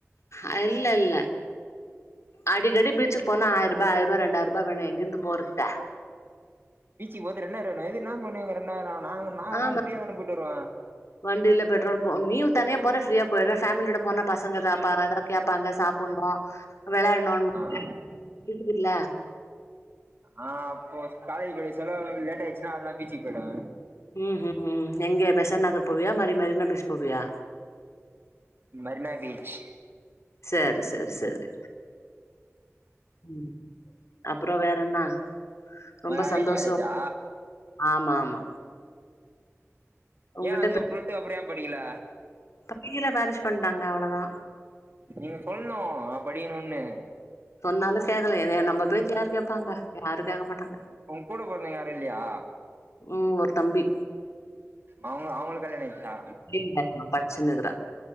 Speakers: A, on the left; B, on the right.
A: அ இல்ல இல்ல அடிக்கடி பீச்சுக் போனா ஆய்ருபா ஆய்ருவா ரெண்டாய்ருபா வேணு எங்கிர்ந்து போறத்து
B: பீச்சிக்கி போறதுக்கு ரெண்டாய்ரு வேணுமா இது இன்னா பண்ணுவீங்க ரெண்டாய்ரோ நாங்க நாங்கல்லா
A: ஆமா
B: ஃப்ரீயா தான போய்ட்டு வருவோ
A: வண்டில பெட்ரோல் போ நீ தனியா போற ஃப்ரீயா போயிர்ற ஃபேமிலியோட போனா பசங்க எதா பா எதா கேப்பாங்க சாப் புண்ணு வெளாட்ன்னுன்
B: ஆ
A: <inaudible> இல்ல
B: ஆ அப்போ காலேஜ் படி செலவ் லேட் ஆய்ச்சுனா அவுள்தா பீச்சிக் போய்டுவ
A: ம் ம் ம் எங்க பெசன் நகர் போவியா மரி மெரினா பீச் போவியா
B: மெரினா பீச்
A: செரி செரி செரி ம் அப்றோ வேற என்னா ரொம்போ
B: உனக்கு அரேஞ்ச்
A: சந்தோஷொ
B: மேரேஜா
A: ஆமா மா உங்கிட்ட
B: ஏ அதுக்கப் டுவல்த்து அப்றொ ஏ படிக்ல
A: படிக்கில மேரேஜ் பண்ட்டாங்க அவ்ளோதா
B: நீங்க சொல்ணு நாங்க படிக்கனுன்னு
A: சொன்னாலு <unintelligible> என்ன நம்ப பேச்ச யாரு கேப்பாங்க யாரு கேக்க மாட்டாங்க
B: உங்க கூட பொறந்தீங்க யாரு இல்லயா
A: ம் ஒர் தம்பி
B: அவுங் அவுங்ளுக்கு கல்யாணொ ஆயிச்சா
A: இல்லல்ல பச்சினுக்குறா